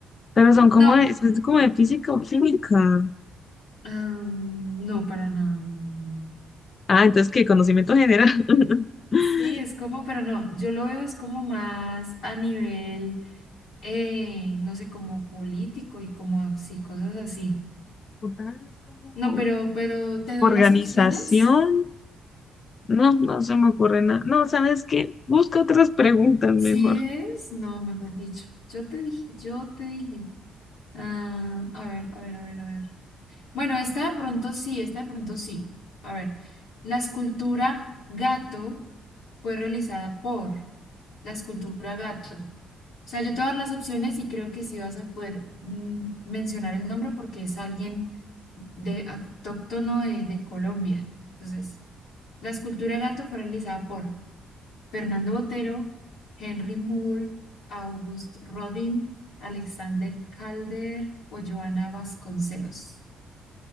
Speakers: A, on the left (about 45°); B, on the left (about 80°).
A: Pero son como
B: No,
A: de, pues, es como de física o química.
B: ah, no, para nada, no, no, no. no.
A: Ah, entonces, ¿qué? Conocimiento general. <laughs>
B: Sí, es como, pero no, yo lo veo es como más a nivel, eh, no sé, como político y como, sí, cosas así.
A: Total, es como
B: No, pero, pero te doy
A: organización.
B: las opciones.
A: No, no se me ocurre nada. No, ¿sabes qué? Busca otras preguntas mejor.
B: Sí es, no, mejor dicho. Yo te dije, yo te dije. Ah, a ver, a ver, a ver, a ver. Bueno, esta de pronto sí, esta de pronto sí. A ver, la escultura gato fue realizada por la escultura gato. sea, yo te voy a dar las opciones y creo que sí vas a poder mm, mencionar el nombre porque es alguien de autóctono de, de Colombia. Entonces, la escultura gato fue realizada por Fernando Botero, Henry Moore, August Rodin, Alexander Calder o Joana Vasconcelos.